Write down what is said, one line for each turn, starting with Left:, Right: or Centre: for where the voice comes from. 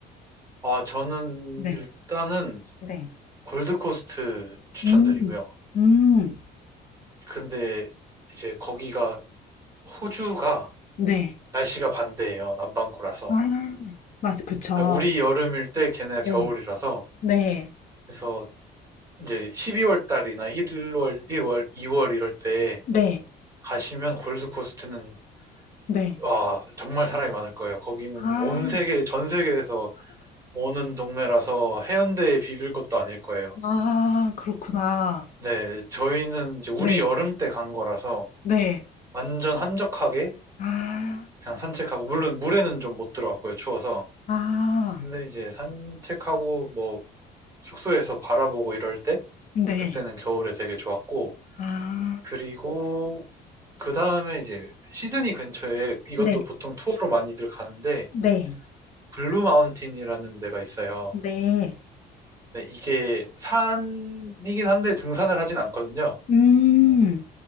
Right: 아, 저는
Left: 네,
Right: 일단은
Left: 네.
Right: 골드코스트 추천드리고요.
Left: 음, 음,
Right: 근데 이제 거기가, 호주가
Left: 네.
Right: 날씨가 반대예요. 남반구라서.
Left: 아, 맞아, 그쵸.
Right: 아, 우리 여름일 때 걔네가
Left: 네.
Right: 겨울이라서.
Left: 네.
Right: 그래서 이제 12월 달이나 1월, 1월, 2월 이럴 때
Left: 네.
Right: 가시면 골드코스트는
Left: 네.
Right: 아, 정말 사람이 많을 거예요. 거기는
Left: 아.
Right: 온 세계, 전 세계에서 오는 동네라서 해운대에 비빌 것도 아닐 거예요.
Left: 아 그렇구나.
Right: 네, 저희는 이제 우리
Left: 네.
Right: 여름 때 간 거라서
Left: 네.
Right: 완전 한적하게
Left: 아.
Right: 그냥 산책하고, 물론 물에는 좀 못 들어갔고요, 추워서.
Left: 아.
Right: 근데 이제 산책하고 뭐 숙소에서 바라보고 이럴 때
Left: 네.
Right: 그때는 겨울에 되게 좋았고,
Left: 아.
Right: 그리고 그 다음에 이제 시드니 근처에 이것도
Left: 네.
Right: 보통 투어로 많이들 가는데,
Left: 네.
Right: 블루 마운틴이라는 데가 있어요.
Left: 네.
Right: 네, 이게 산이긴 한데 등산을 하진 않거든요.
Left: 음.